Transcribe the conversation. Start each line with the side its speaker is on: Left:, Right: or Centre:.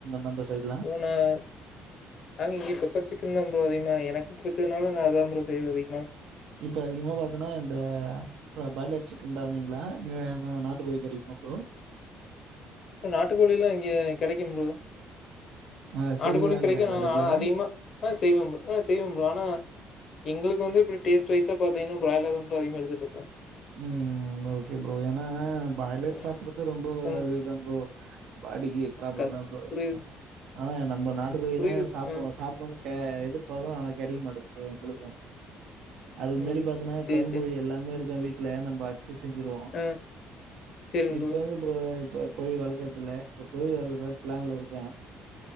Right: நம்ம சைட்லா
Left: உன நாங்க இங்க பெப்பர் சிக்கன் தா ப்ரோ அதிகமா எனக்கு புடிச்சதுனால நா அதா ப்ரோ செய்வ அதிகமா
Right: இப்ப அதிகமா பாத்தனா இந்த அப்புற பாய்லர் சிக்கன் தா வாங்வீங்களா இங்க நாட்டு கோழி கெடைக்குமா ப்ரோ
Left: நாட்டுக்கோழி எல்லா இங்க கெடைக்கு ப்ரோ
Right: ஆ
Left: நாட்டுக்கோழியு
Right: செய்வீங்களான்னு
Left: கெடைக்கு
Right: கேக்குறே
Left: ஆ
Right: ரெகுலரா
Left: ஆனா அதிகமா ஆ செய்வ ஆ செய்வ ப்ரோ ஆனா எங்களுக்கு வந்து இப்டி டேஸ்ட் வாய்ஸா பாத்தீங்கனா பிராய்லர் தா ப்ரோ அதிகமா எடுத்துட்டு இருக்கோ
Right: ம் ஓகே ப்ரோ ஏனா பிராய்லர்
Left: ஆ
Right: சாப்ட்றது ரொம்ப
Left: ம்
Right: இதுதா ப்ரோ பாடிக்கு ப்ராப்ளம்
Left: கஷ்
Right: தா ப்ரோ
Left: புரியுது
Right: ஆனா நம்ம நாட்டு கோழி
Left: புரியுது
Right: தா
Left: ப்ரோ
Right: சாப்புன்னு
Left: ம்
Right: சாப்புன்னு க எதிர்பாக்குறோ ஆனா கெடைக்க மாட்டேங்கிது ப்ரோ எங்களுக்கு அதுக்கு முன்னாடி
Left: ம்
Right: பாத்தன்னா
Left: சேரி
Right: கருங்கோழி
Left: சேரி
Right: எல்லாமே இருக்க வீட்டுல நம்ம அ டிச்சு செஞ்சிருவோம்
Left: ஆ சேரிங்
Right: எப்பயாது
Left: ப்ரோ
Right: அப்புறம் இப்ப கோழி வளர்க்குறது இல்ல இப்ப கோழி வளர்க்கறதுல பிளான்ல இருக்க